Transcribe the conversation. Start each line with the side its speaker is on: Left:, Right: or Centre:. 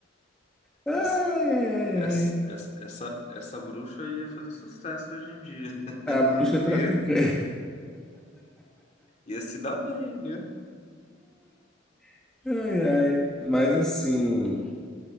Centre: Ai,
Left: Essa,
Centre: ai, ai,
Left: essa,
Centre: ai.
Left: essa, essa, essa bruxa ia fazer sucesso hoje em dia. <laughs>
Centre: A bruxa é traficante.
Left: e ia se dar bem, viu?
Centre: <laughs> Ai, ai. Mas assim,